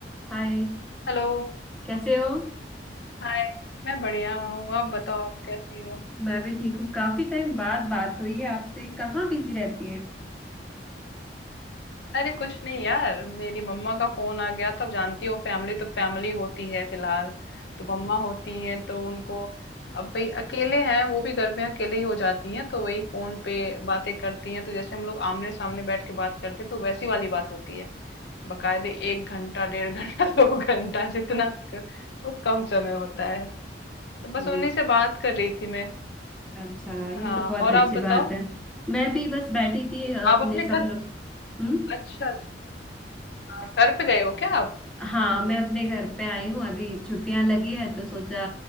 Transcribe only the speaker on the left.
Hello
Hi मैं बढ़िया हूँ आप बताओ आप कैसी हो
अरे कुछ नहीं यार मेरी मम्मा का फोन आ गया तब जानती हो फैमिली तो फैमिली होती है फिलहाल तो मम्मा होती हैं तो उनको अब भाई अकेले हैं वो भी घर में अकेले ही हो जाती हैं तो वही फोन पे बातें करती हैं तो जैसे हम लोग आमने सामने बैठ के बात करते हैं तो वैसी वाली बात होती है बकायदे एक घंटा डेढ़ घंटा <laughs> दो घंटा जितना क- वो कम समय होता है तो बस
उन्हीं से बात कर रही थी मैं
हाँ
और
आप बताओ
ये
आप अपने घर
अच्छा अच्छा हाँ, घर पे गए हो क्या आप